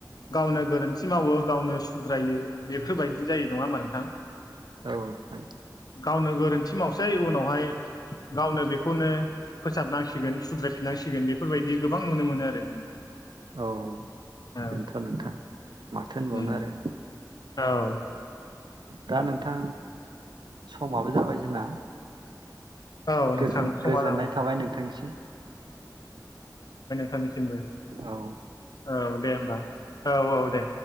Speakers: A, on the left; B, on the right.
A: गावनो गोरोन्थि मावो गावनो सुद्रायो बेफोरबायदि जायो नङा होमबा नोंथां
B: औ नोंथां
A: गावनो गोरोन्थि मावसै उनावहाय गावनो बेखौनो फोसाबनांसि गोन सुद्रायफिनांसिगोन बेफोरबायदि गोबां नुनो मोनो आरो
B: औ
A: औ
B: बेनोथ' नोंथां माथो होनबावनो
A: उम
B: आरो
A: औ
B: दा नोंथां समाबो जाबाय जोंना
A: औ
B: गोजोन-गोजोननाय
A: नोंथां समा जाबाय
B: थाबाय नोंथांनिसिम
A: थांनिसिमबो
B: औ
A: औ दे होमबा औ औ दे।